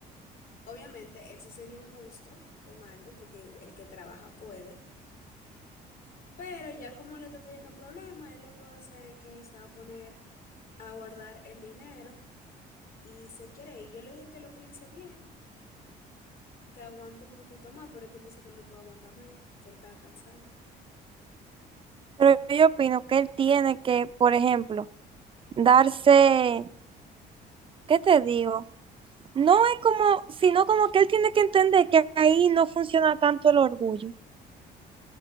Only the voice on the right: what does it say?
Pero yo opino que él tiene que, por ejemplo, darse, ¿qué te digo? No es como, sino como que él tiene que entender que ahí no funciona tanto el orgullo.